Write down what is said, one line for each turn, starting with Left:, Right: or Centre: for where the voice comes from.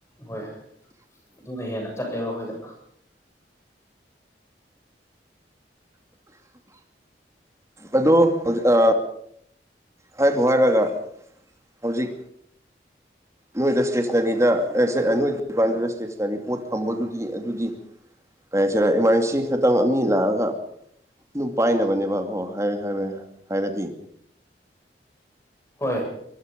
Left: ꯍꯣꯏ ꯑꯗꯨꯅ ꯍꯦꯟꯅ ꯆꯠꯂꯦꯕ ꯑꯩꯈꯣꯏꯗ
Right: ꯑꯗꯨꯗꯣ ꯍꯧ ꯑ ꯍꯥꯏ ꯕꯣꯍꯥꯏ ꯒꯒꯥ ꯍꯧꯖꯤꯛ ꯅꯣꯏꯗ ꯏꯁꯇꯦꯁꯟꯅꯔꯤꯗ ꯅꯣꯏ ꯗꯨꯀꯥꯟꯗꯨꯗ ꯏꯁꯇꯦꯁꯟꯅꯔꯤ ꯄꯣꯠ ꯊꯝꯕꯗꯨꯗꯤ ꯑꯗꯨꯗꯤ ꯀꯩ ꯍꯥꯏꯁꯤꯔ ꯏꯃꯥꯔꯖꯦꯟꯁꯤ ꯈꯛꯇꯪ ꯃꯤ ꯂꯥꯛꯑꯒ ꯑꯗꯨꯝ ꯄꯥꯏꯅꯕꯅꯦꯕ ꯑꯣ ꯍꯥꯏꯔꯗꯤ
Left: ꯍꯣꯏ